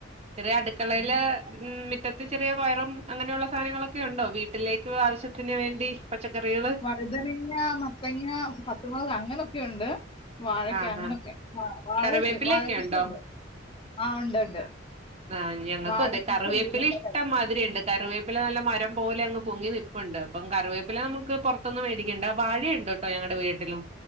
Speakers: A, on the right; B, on the left.
A: ചെറിയ അടുക്കളയില്
B: ഉം.
A: ഉം മിറ്റത്ത് ചെറിയ പയറും അങ്ങനെയുള്ള സാധനങ്ങളൊക്കെ ഉണ്ടോ വീട്ടിലേക്ക് ആവശ്യത്തിന് വേണ്ടി പച്ചക്കറികൾ
B: വഴുതനങ്ങ മത്തങ്ങ പത്തുമുളക് അങ്ങനൊക്കെയുണ്ട് വാഴക്ക
A: ആഹ്
B: അങ്ങനൊക്കെ
A: ആഹ്
B: വ വാഴൊക്കെ
A: കറിവേപ്പിലൊക്കെ
B: വാഴകൃഷി
A: ഉണ്ടോ
B: ഉണ്ട് ആഹ് ഉണ്ട്
A: ആഹ് ആ ഞങ്ങക്കും
B: വാഴക്കൃഷിയുണ്ട്
A: അതെ കറിവേപ്പില
B: പിന്നെ പ
A: ഇഷ്ടംമാതിരി ഒത്തിരി ഒണ്ട് കറിവേപ്പില നല്ല മരം പോലെ അങ്ങ് പൊങ്ങി നിപ്പുണ്ട് അപ്പം കറിവേപ്പില നമുക്ക് പുറ പുറത്തുന്ന് മേടിക്കണ്ട വാഴയുണ്ട് ട്ടോ ഞങ്ങളടെ വീട്ടിലും